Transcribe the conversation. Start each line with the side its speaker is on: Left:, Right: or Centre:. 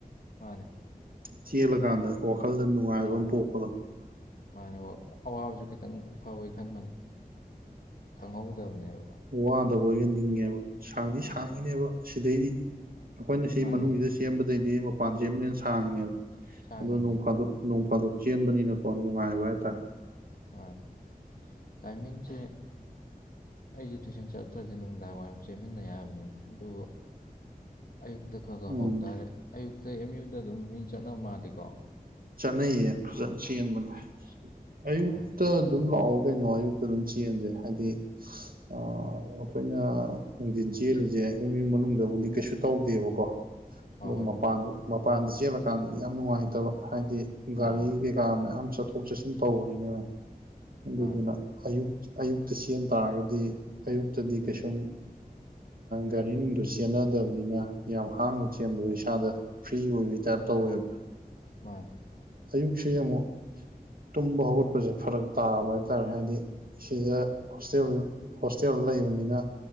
Left: ꯃꯥꯅꯦ
Right: ꯆꯦꯜꯂꯀꯥꯟꯗ ꯋꯥꯈꯜꯗ ꯅꯨꯡꯉꯥꯏꯕ
Left: ꯑꯥ
Right: ꯑꯃ ꯄꯣꯛꯄꯗꯣ
Left: ꯃꯥꯅꯦ ꯋꯥ ꯑꯋꯥꯕꯁꯨ ꯈꯤꯇꯪ ꯐꯕꯣꯏ ꯈꯟꯕꯅꯦ ꯈꯪꯍꯧꯗꯕꯅꯦꯕ
Right: ꯋꯥꯗꯕ ꯑꯣꯏꯒ ꯅꯤꯡꯉꯦꯕ ꯁꯥꯡꯗꯤ
Left: ꯎꯝ
Right: ꯁꯥꯡꯉꯤꯅꯦꯕ ꯁꯤꯗꯩꯗꯤ ꯑꯈꯣꯏꯅ ꯁꯤ
Left: ꯃꯥꯅꯦ
Right: ꯃꯅꯨꯡꯖꯤꯗ ꯑꯦꯝꯕꯗꯩꯗꯤ ꯃꯄꯥꯟ ꯖꯦꯝꯕꯅꯦ ꯁꯥꯡꯉꯤꯅꯦꯕ
Left: ꯁꯥꯡꯉꯤꯅꯦ
Right: ꯑꯗꯣ ꯅꯣꯡ ꯐꯥꯗꯣꯛ ꯅꯣꯡ ꯐꯥꯗꯣꯛ ꯆꯦꯟꯕꯅꯤꯅꯀꯣ ꯅꯨꯡꯉꯥꯏꯕ ꯍꯥꯏꯇꯥꯔꯦ
Left: ꯃꯥꯟꯅꯦ ꯇꯥꯏꯃꯤꯡꯁꯦ ꯑꯩꯖꯤ ꯇꯨꯏꯁꯟ ꯆꯠꯇ꯭ꯔꯗꯤ ꯅꯨꯝꯗꯥꯡ ꯋꯥꯏꯔꯝ ꯆꯦꯟꯃꯤꯟꯅ ꯌꯥꯕꯅꯤꯅꯦ ꯑꯗꯨꯕꯣ ꯑꯌꯨꯛꯇ ꯈꯥ ꯈꯥ
Right: ꯎꯝ
Left: ꯍꯧꯇꯥꯥꯔꯦ ꯑꯌꯨꯛꯇ ꯑꯦꯝ ꯌꯨꯗ ꯑꯗꯨꯝ ꯃꯤ ꯆꯠꯅꯕ ꯃꯥꯜꯂꯤꯀꯣ
Right: ꯆꯠꯅꯩꯌꯦ ꯐꯖꯅꯥ ꯆꯦꯟꯕꯅꯦ ꯑꯌꯨꯛꯇ
Left: ꯑꯣ ꯑꯁ
Right: ꯑꯗꯨꯝ ꯂꯥꯛꯑꯣ ꯀꯩꯅꯣ ꯑꯌꯨꯛ ꯑꯗꯨꯝ ꯆꯦꯟꯁꯦ ꯍꯥꯏꯗꯤ ꯑꯩꯈꯣꯏꯅ ꯅꯨꯡꯊꯤꯟ ꯆꯦꯜꯂꯤꯁꯦ ꯑꯦꯝ ꯌꯨ ꯃꯅꯨꯡꯗ ꯗꯤ ꯀꯩꯁꯨ ꯇꯧꯗꯦꯕꯀꯣꯒꯗꯣ
Left: ꯍꯣꯏ ꯍꯣꯏ
Right: ꯃꯄꯥꯟꯗ ꯃꯄꯥꯟꯗ ꯆꯦꯜꯂꯀꯥꯟꯗꯗꯤ ꯌꯥꯝ ꯅꯨꯡꯉꯥꯏꯇꯕ ꯫ ꯍꯥꯏꯗꯤ ꯒꯥꯔꯤ
Left: ꯑꯥ
Right: ꯀꯩꯀꯥ ꯃꯌꯥꯝ ꯆꯠꯊꯣꯛ ꯆꯠꯁꯤꯟ ꯇꯧꯕꯅꯤꯅꯑꯦ ꯑꯗꯨꯗꯨꯅ
Left: ꯃꯥꯅꯦ
Right: ꯑꯌꯨꯛ ꯑꯌꯨꯛꯇ ꯆꯟ ꯇꯥꯔꯒꯗꯤ ꯑꯌꯨꯛꯇꯗꯤ ꯀꯩꯁꯨꯝ ꯒꯥꯔꯤꯅꯨꯡꯗꯨ ꯆꯦꯟꯅꯗꯕꯅꯤꯅ ꯌꯥꯝ ꯍꯥꯡꯅ ꯆꯦꯟꯕꯗꯣ ꯏꯁꯥꯗ ꯐ꯭ꯔꯤ ꯑꯣꯏꯕꯒꯤ ꯇꯥꯏꯞ ꯇꯧꯋꯦꯕ
Left: ꯃꯥꯅꯦ <unintelligible>
Right: ꯑ ꯑꯌꯨꯛꯁꯦ ꯑꯃꯨꯛ ꯇꯨꯝꯕ ꯍꯧꯒꯠꯄꯖꯦ ꯐꯔꯛ ꯇꯥꯕ ꯍꯥꯏꯗꯤ__ <unintelligible> ꯇꯥꯔꯣꯏ ꯍꯥꯏꯗꯤ ꯁꯤꯗ ꯍꯣꯁꯇꯦꯜ ꯍꯣꯁꯇꯦꯜ ꯂꯩꯕꯅꯤꯅ